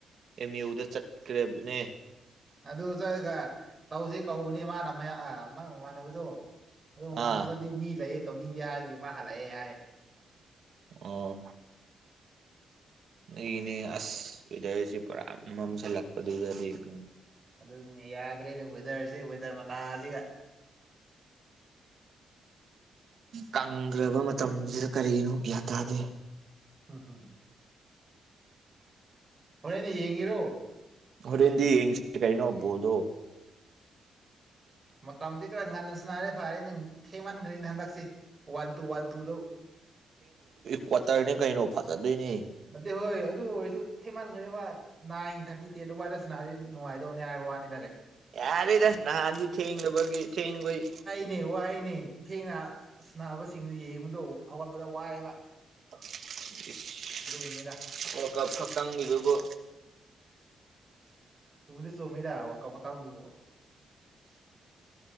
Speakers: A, on the right; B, on the right.
A: ꯑꯦꯝ ꯌꯨꯗ ꯆꯠꯈ꯭ꯔꯦꯕꯅꯦ
B: ꯑꯗꯨ ꯆꯠꯂꯒ ꯇꯧꯁꯤ ꯀꯧꯕꯅꯦ ꯃꯥꯅ ꯃꯥꯏ ꯃꯃꯥꯟꯅꯕꯗꯨ ꯑꯗꯨ ꯃꯃꯥꯟꯅꯕꯗꯤ
A: ꯑꯥ
B: ꯃꯤ ꯂꯩꯌꯦ ꯇꯧꯅꯤꯡꯗꯦ ꯍꯥꯏꯕꯒꯤ ꯃꯥ ꯍꯜꯂꯛꯑꯦ ꯍꯥꯏꯌꯦ
A: ꯑꯣ ꯂꯩꯌꯦꯅꯦ ꯑꯁ ꯋꯦꯗꯔꯁꯦ ꯄꯨꯔꯥ ꯃꯝꯁꯤꯜꯂꯛꯄꯗꯨꯗꯗꯤ ꯎꯝ
B: ꯑꯗꯨꯅꯤꯅꯦ ꯌꯥꯗ꯭ꯔꯦꯗ ꯋꯦꯗꯔꯁꯤ ꯋꯦꯗꯔ ꯃꯇꯥꯁꯤꯒ
A: ꯀꯪꯈ꯭ꯔꯕ ꯃꯇꯝꯁꯤꯗ ꯀꯔꯤꯒꯤꯅꯣ ꯒ꯭ꯌꯥꯟ ꯇꯥꯗꯦ
B: ꯎꯝ ꯍꯨꯝ ꯍꯣꯔꯦꯟ ꯌꯦꯡꯒꯦꯔꯣ
A: ꯍꯣꯔꯦꯟꯗꯤ ꯌꯦꯡꯁꯤ ꯀꯩꯅꯣ ꯕꯣꯜꯗꯣ
B: ꯃꯇꯝꯁꯤ ꯈꯔ ꯉꯟꯅ ꯁꯅꯥꯔꯦ ꯐꯔꯦ ꯅꯪ ꯊꯦꯡꯃꯟꯈ꯭ꯔꯦꯅ ꯍꯟꯗꯛꯁꯦ ꯋꯥꯟ ꯇꯨ ꯋꯥꯟ ꯇꯨ ꯗꯣ
A: ꯀ꯭ꯋꯥꯇꯔꯅꯦ ꯀꯩꯅꯣ ꯐꯖꯗꯣꯏꯅꯦ
B: ꯅꯠꯇꯦ ꯍꯣꯏ ꯑꯗꯨ ꯑꯣꯏꯔꯁꯨ ꯊꯦꯃꯥꯟꯒ꯭ꯔꯦꯕ ꯅꯥꯏꯟ ꯊꯥꯔꯇꯤ ꯇꯦꯟꯇ ꯑꯗꯨꯋꯥꯏꯗ ꯁꯥꯟꯅꯔꯗꯤ ꯅꯨꯡꯉꯥꯏꯗꯧꯅꯦ ꯍꯥꯏꯕ ꯋꯥꯅꯦ
A: ꯌꯥꯔꯦꯗ ꯅꯅꯥꯥꯟꯗꯤ ꯊꯦꯡꯗꯕꯒꯤ ꯊꯦꯡꯕꯩ
B: ꯅꯦ ꯋꯥꯏꯅꯦ ꯊꯦꯡꯅ ꯁꯥꯅꯕꯁꯤꯡꯗꯨ ꯌꯦꯡꯕꯗ ꯍꯧꯒꯠꯄꯗ ꯋꯥꯏꯌꯦꯕ
A: <unintelligible>
B: ꯑꯗꯨꯒꯤꯅꯤꯗ
A: ꯋꯥꯔ ꯀꯞ ꯈꯛꯇꯪꯒꯤꯗꯨꯕꯨ
B: ꯆꯨꯝꯗꯤ ꯆꯨꯝꯃꯤꯗ ꯋꯥꯜ ꯀꯞ ꯃꯇꯥꯡꯗꯨꯕꯣ꯫